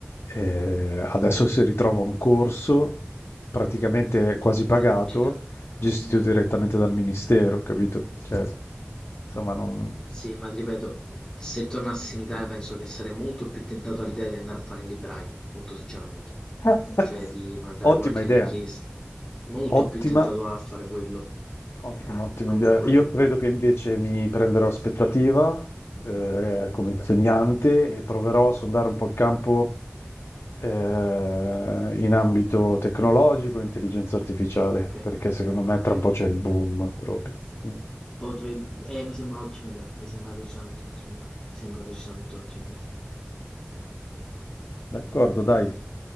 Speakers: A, on the left (about 80°); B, on the left (about 20°).
A: Ehm, adesso si ritrova un corso praticamente quasi pagato,
B: inutile.
A: gestito
B: Mm.
A: direttamente dal ministero, capito? Cioè, insomma non
B: Sì, ma ti ripeto, mhmm, se tornassi in Italia penso che sarei molto più tentato all'idea di andare a fare il libraio, molto sinceramente.
A: <laughs>
B: Cioè di mandare
A: ottima
B: qualche
A: idea,
B: richiesta. Molto
A: ottima,
B: più tentato a fare quello.
A: ottima, ottima
B: Comunque,
A: idea. Io credo che invece mi prenderò aspettativa, ehm, come insegnante e proverò a sondare un po' il campo, ehm, in ambito tecnologico, e intelligenza artificiale,
B: ok,
A: perché secondo me
B: ok.
A: tra un po' c'è il boom proprio. Mh.
B: Potrei... Eh, mi sembra un'ottima idea, mi sembra decisamente un'ottima idea, mi sembra decisamente un'ottima idea.
A: D'accordo, dai.